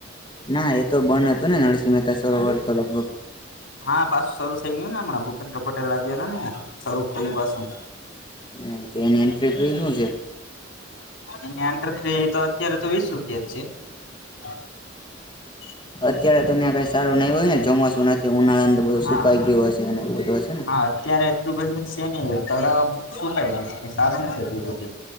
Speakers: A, on the left; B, on the left.
A: ના, એતો બન હતું ને નરસિંહ મહેતા સરોવર તો લગભગ?
B: હા, પાસું શરૂ થઈ ગયું ને હમણાં ભૂપેન્દ્ર પટેલ ગયેલા ને યાં. શરુ કર્યું પાસું.
A: એમ કે, એની એન્ટ્રી ફ્રી શું છે?
B: એની એન્ટ્રી ફી તો અત્યારે તો વીસ રૂપિયા જ છે. <inaudible>
A: અત્યારે તો ન્યાં કઈ સારું નહિ હોય ને? ચોમાસું નથી, ઉનાળાનું તો બધું
B: હા
A: સુકાઈ ગયું હશે એવ બધું હશે. ને
B: હા, અત્યારે એટલું બધી સ કે નઈ હોઈ. તડાવ આમ સુકાઈ ગ્યું. કંઈ સારું નથી એટલું બધી.